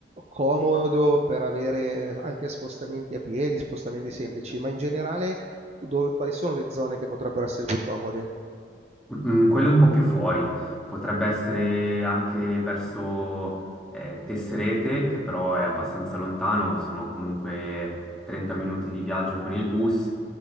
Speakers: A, on the right (about 35°); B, in the centre.
A: comodo per avere anche spostamenti a piedi, spostamenti semplici, ma in generale dove- quali sono le zone che potrebbero essere più comode?
B: Mm, quello è un po' più fuori, potrebbe essere anche verso eh, Tesserete, che però è abbastanza lontano, sono comunque 30 minuti di viaggio con il bus,